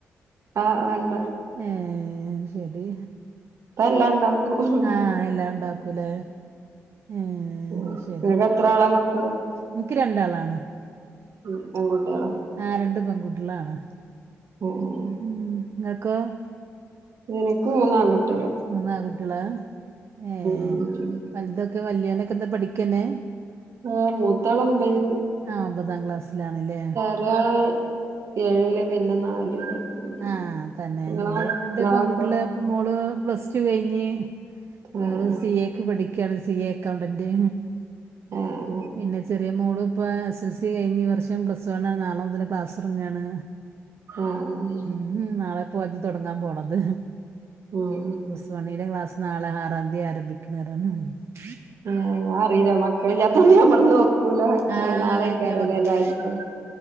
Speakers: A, on the right; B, on the right.
A: ആഹ് ആണ്ട
B: ഏഹ് ശരി
A: ഇപ്പ എല്ലാം ഇണ്ടാക്കും ഉം
B: ആഹ് എല്ലാം ഇണ്ടാക്കൂലേ ഏഹ്
A: ഉം
B: ശരി
A: ഇങ്ങക്ക് എത്ര ആളാ മക്കള്
B: എനിക്ക് രണ്ടാളാണ്
A: ഉം പെൺകുട്ടികളാ
B: ആഹ് രണ്ട് പെൺകുട്ടികളാണ്
A: ഓഹ്
B: ഉം നിങ്ങക്കോ
A: എനിക്ക് മൂന്നു ആൺകുട്ടികളാ
B: മൂന്നാങ്കുട്ടികളാ ഏഹ്
A: ഉം ഉം
B: വലുതൊക്കെ വല്യോനൊക്കെ എന്താ പഠിക്കന്നെ
A: ആഹ് മുത്താള് ഉണ്ടായിനി
B: ആ ഒമ്പതാം ക്ലാസ്സിലാണല്ലേ
A: ഒരാള് ഏഴില് പിന്നെ നാലില് ഉം
B: ആഹ് തന്നെ
A: ഇങ്ങളെ
B: ഇന്റെ
A: മ
B: രണ്ട് പെൺകുട്ടികള്
A: ഇങ്ങളെ മക്കളോ
B: ഇപ്പ മോള് പ്ലസ് ടു കഴിഞ്ഞ്
A: ആഹ്
B: അവള് സി എക്ക് പഠിക്കാണ് സി എ അക്കൗണ്ടന്റ്
A: ആഹ്
B: പിന്നെ ചെറിയ മോള് ഇപ്പ എസ് എൽ സി കഴിഞ്ഞ് ഈ വർഷം പ്ലസ് വൺ ആണ് നാളെ മുതല് ക്ലാസ്സ് തുടങ്ങാണ്
A: ആഹ് ഓഹ്
B: ഉം നാളെ പ്പോ അത് തുടങ്ങാൻ പോണത്
A: ഉം
B: പ്ലസ് വണ്ണിന്റെ ക്ലാസ് നാളെ ആറാം തീയതി ആരംഭിക്കുന്ന <unintelligible>
A: ആഹ് അതറിയില്ല മക്കള ആന്നെ നമ്മള് നോക്കൂല
B: ആ
A: നാളേക്കാരല്ലേ
B: എന്നെ പറഞ്ഞത്
A: എല്ലാരിക്കും